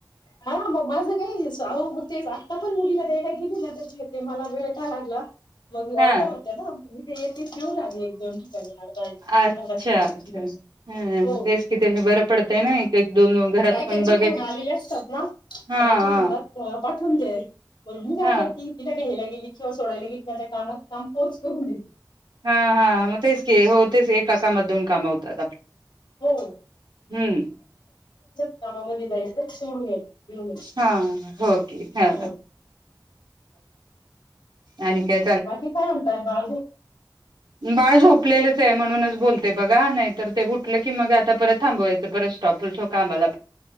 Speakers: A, on the left; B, on the right.
A: हा म माझं काय ह मग तेच आत्ता पण मुलीला द्यावायला गेली ना त्याच्या ते मला वेळ का लागला मग
B: हा
A: ऑर्डर होत्या ना मी ते येतेच देऊ लागली एक दोन ठिकाणी अर्धा
B: अच्छा
A: अर्धा किलो एक
B: अच्छा
A: किलो हो
B: ह तेच कि ते बरं पडतंय ना एक एक दोन घरात
A: बायकांची
B: पण बघेल
A: फोन आलेले असतात ना
B: हा
A: बायका
B: हा
A: म्हणतात पाठून दे पण मी काय
B: हा
A: तती तिथ घ्यायला गेली सोडायला की त्याच्या कामात काम पोच करून देते
B: हा हा म तेच की हो तेच एकाकामात दोन काम होतात आप
A: हो
B: हम्म
A: त्यामामध्ये जायचं शवून गेईल हम्
B: हा हो की हा
A: हो
B: आणि काय
A: बाकी काय म्हणतय बाू
B: बाय झोप ले म्हणून बोलते बघा नाही तर ते उठल की मग आ परत थांबवायच परत स्टॉप कामाला